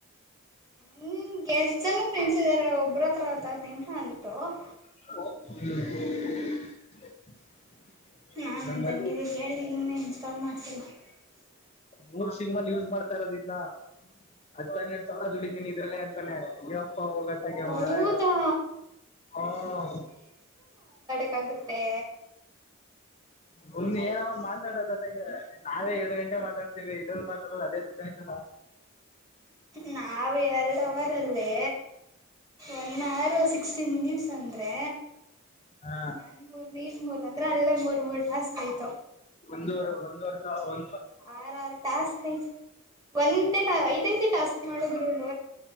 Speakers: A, on the right; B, on the left.
A: ಹ್ಮ್ ಎಸ್ಟ ಜನ ಫ್ರೆಂಡ್ಸ್ ಇದ್ದಾರೆ ಒಬ್ಬರು <unintelligible>
B: <inaudible> <inaudible>
A: ನಾನ್
B: ನಮ್ಮಲ್ಲಿ
A: ನನ್ ತಂಗಿದಿರ್ಗೆ ಹೇಳಿದೀನಿ <unintelligible>
B: ಮೂರ್ ಸಿಮ್ ಅಲ್ಲಿ ಯೂಸ್ ಮಾಡ್ತಾ ಇರೋದ ಇದನ್ನ ಅತ್ತು ಅನ್ನೆರಡು ಸಾವಿರ ದುಡಿತೀನಿ ಇದ್ರಲ್ಲ. <unintelligible> ಹೋಗತಗೆ
A: ಹೌದಾ
B: ಮಾರಾಯಾ ಹ್ಮ್
A: ತೆಗುತ್ತೆ
B: ಮುಂದ ಏನ ಒಂದ ಮಾತಾಡೋದದಗೆ ನಾಳೆ ಎರಡ್ ಗಂಟೆ ಮಾತಾಡ್ತೇವಿ ಇದಲ್ಲಿ ಮಾತಾಡದು ಅದೇ ಊಟಾಯತ.
A: ನಾಾವ ಎರಡು ಅವರಲ್ಲಿ ಒನ್ನ ಸಿಕ್ಸ್ ಿನಿ ಅಂದ್ರೆ
B: ಹಾ
A: ನ ಮೂ ಮೂರ್ ಅಂದ್ರೆ ಅಲ್ಲ <unintelligible> ತುಂಬ ಟಾಸ್ಕ್ ಆಯಿತ.
B: ಒಂದವರೆ ಒಂದುವರೆಷ ಒ
A: ಆರ ಆರು ಟಾಸ್ಕ್ ಐತ ಒಂದಟೆ ಐದ್ಐಟ ಟಾಸ್ಕ್ ಮಾಡುದ್ರು